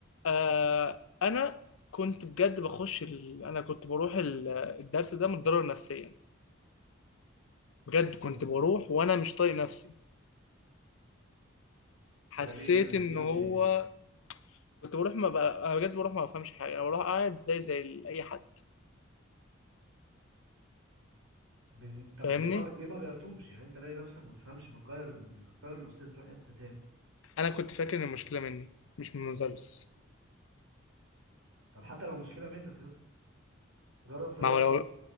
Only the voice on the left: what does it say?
آه انا كنت بجد بخش ال... انا كنت بروح ال- الدرس ده متضرر نفسيا بجد كنت
بروح وانا مش طايق نفسي حسيت
ان
هو
كنت بروح ما بقى أنا بجد بروح ما بفهمش حاجه انا بروح قاعد زي زي ال- اي حد
فاهمني
انا كنت فاكر ان المشكله مني مش من المدرس
ما هو
لو